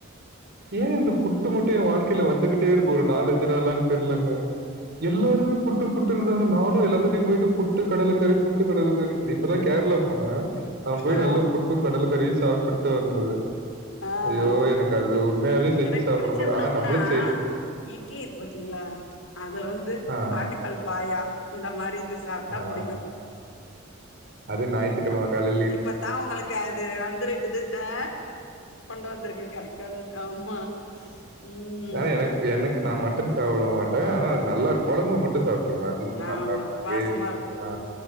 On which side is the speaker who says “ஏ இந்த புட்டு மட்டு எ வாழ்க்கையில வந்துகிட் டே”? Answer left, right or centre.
Right